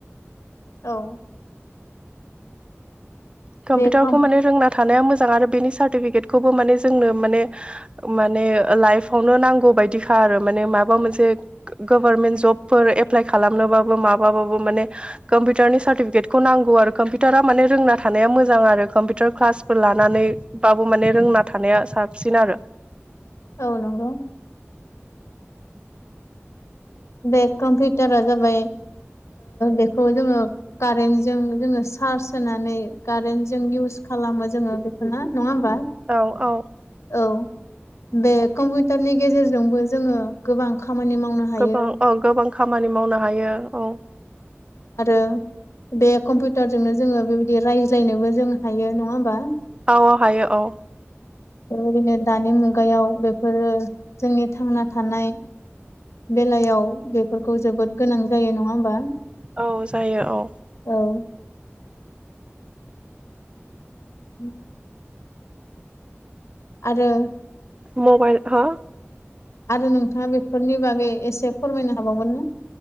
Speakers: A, on the left; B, on the right.
A: औ
B: कम्पिउटारखौ
A: बे कम
B: माने रोंना थानाया मोजां। आरो बेनि सार्टिफिकेटखौबो माने जोंनो माने माने लाइफआवनो नांगौ बायदिखा। आरो माने माबा मोनसे गभार्मेन्ट जबफोर एप्लाइ खालामनोबाबो माबाबाबो माने कम्पिउारनि सार्टिफिकेखौांगौ आरो कम्पिउारा माने रोंनानै। थानाया मोजां आरो। कम्पिउटार क्लासफोर लानानैबाबो माने रोंना थानाया साबसिन आरो।
A: औ नंगौ। बे कम्पिउटारा जाबाय बेखौ जोङो कारेन्टजों जोङो चार्ज होनानै कारेन्ट जों इउस खालामो जोङो बेखौ ना नङा होमबा?
B: औ औ
A: औ बे कम्पिउटारनि गेजेरजोंबो जोङो गोबां खामानि मावनो हायो।
B: गोबां औ गोबां खामानि मावनो हायो औ।
A: आरो बे कम्पिउटारजोंनो जोङो बेबायदि रायज्लायनोबो जों हायो नङा होमबा?
B: औ हायो औ
A: बेबायदिनो दानि मुगायाव बेफोरो जोंनि थांना थानाय बेलायाव बेफोरखौ जोबोद गोनां जायो नङा होमबा?
B: औ जायो औ।
A: औ <unintelligible> आरो
B: मबाइल हा
A: आरो नोंथाङा बेफोरनि बागै एसे फोरमायनो हाबावगोना?